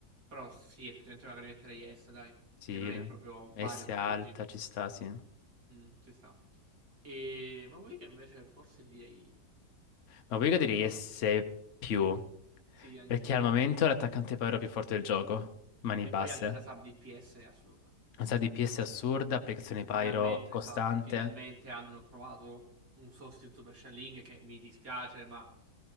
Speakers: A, on the right; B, on the left.
A: Però sì, effettivamente magari metterei S, dai, perché
B: Sì,
A: non è proprio
B: S
A: vario per
B: alta
A: tutti.
B: ci sta, sì. Ma
A: Mm, ci sta. E ma vuoi che invece forse gli direi,
B: poi io
A: non
B: direi
A: so,
B: S più.
A: sì, anch'io.
B: Perché al momento è l'attaccante Pyro più forte del gioco. Mani
A: E
B: basse.
A: poi anche da sub DPS è assurda.
B: Un sacco di PS assurda, applicazione Pyro
A: Finalmente,
B: costante.
A: esatto, finalmente hanno trovato un sostituto per Shelling che mi dispiace, ma